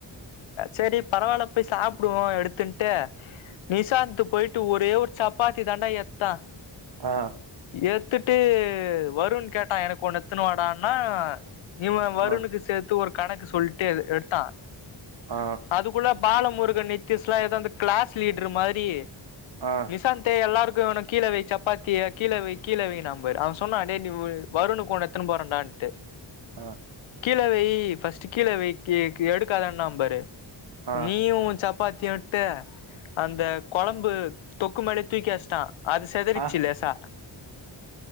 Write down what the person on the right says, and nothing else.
ஆ
ஆ
ஆ
ஆ
ஆஹ
ஆ ஆ
ஆ ஆ